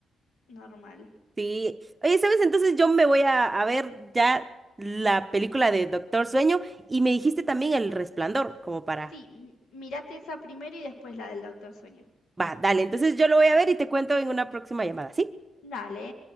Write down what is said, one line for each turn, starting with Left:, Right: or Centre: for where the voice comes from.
Left: Normal.
Right: Sí. Oye, ¿sabes? Entonces yo me voy a, a ver ya la película de Doctor Sueño y me dijiste también El Resplandor, como para...
Left: Sí, m- mirate esa primero y después la del Doctor Sueño.
Right: Va, dale, entonces yo lo voy a ver y te cuento en una próxima llamada, ¿sí?
Left: Dale.